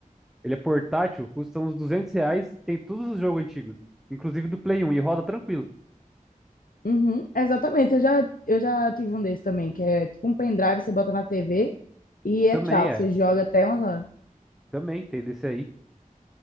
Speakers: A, in the centre; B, on the left.
A: ele é portátil, custa uns 200 reais, tem todos os jogos antigos, inclusive do Play 1, e roda tranquilo.
B: Uhum, exatamente, eu já, eu já tive um desse também, que é tipo um pendrive, você bota na TV e é
A: Também
B: tchau, você
A: é,
B: joga até umas horas.
A: também tem desse aí.